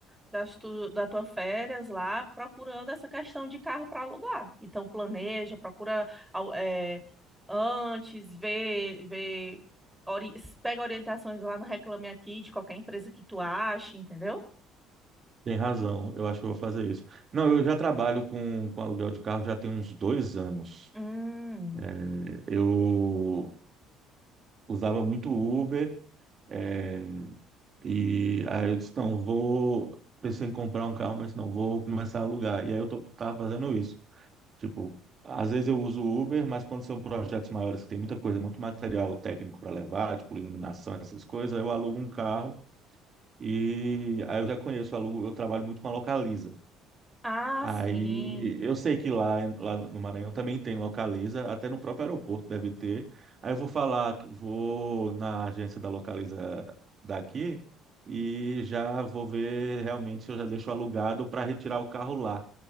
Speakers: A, in the centre; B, on the right.
A: das tu, da tua férias lá procurando essa questão de carro para alugar. Então, planeja, procura au- é, antes, vê, vê, ori- pega orientações lá no Reclame Aqui de qualquer empresa que tu ache, entendeu?
B: Tem razão, eu acho que eu vou fazer isso. Não, eu já trabalho com, com aluguel de carro já tem uns dois anos.
A: Hum,
B: É, eu usava muito Uber, é, e aí eu disse, não, vou, pensei em comprar um carro, mas não, vou começar a alugar. E aí eu tô, tava fazendo isso. Tipo, às vezes eu uso o Uber, mas quando são projetos maiores que tem muita coisa, muito material técnico para levar, tipo iluminação, essas coisas, eu alugo um carro e aí eu já conheço, eu alugo, eu trabalho muito com a Localiza.
A: Ah,
B: Aí
A: sim,
B: eu sei que lá, lá no Maranhão também tem Localiza, até no próprio aeroporto deve ter. Aí eu vou falar, vou na agência da Localiza daqui e já vou ver realmente se eu já deixo alugado para retirar o carro lá,